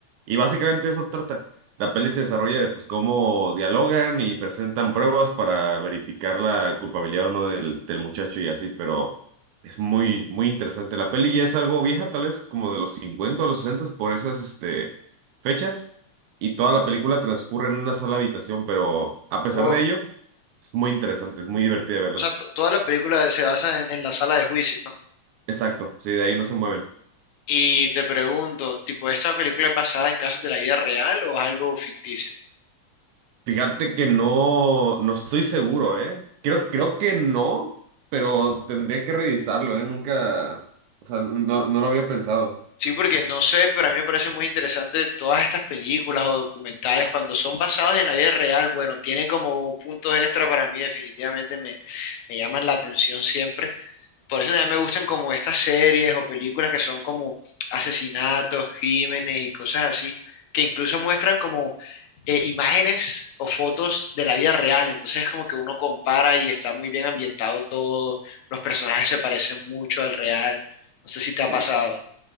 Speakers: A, on the right; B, on the left.
A: Y básicamente eso trata. La peli se desarrolla de pues, cómo dialogan y presentan pruebas para verificar la culpabilidad o no del, del muchacho y así, pero es muy, muy interesante. La peli ya es algo vieja, tal vez como de los 50 o los 60 por esas este, fechas, y toda la película transcurre en una sola habitación, pero a pesar
B: Oh,
A: de ello, es muy interesante, es muy divertida verla.
B: o sea, to- toda la película se basa en, en la sala de juicio, ¿no?
A: Exacto, sí, de ahí no se mueven.
B: Y te pregunto, tipo, ¿esta película es basada en casos de la vida real o es algo ficticio?
A: Fíjate que no, no estoy seguro, ¿eh? Creo, creo que no, pero tendría que revisarlo, ¿eh? Nunca, o sea, no, no lo había pensado.
B: Sí, porque no sé, pero a mí me parece muy interesante todas estas películas o documentales cuando son basados en la vida real, bueno, tienen como puntos extra para mí, definitivamente me, me llaman la atención siempre. Por eso también me gustan como estas series o películas que son como asesinatos, crímenes y cosas así, que incluso muestran como eh, imágenes o fotos de la vida real. Entonces es como que uno compara y está muy bien ambientado todo, los personajes se parecen mucho al real. No sé si te
A: Sí.
B: ha pasado.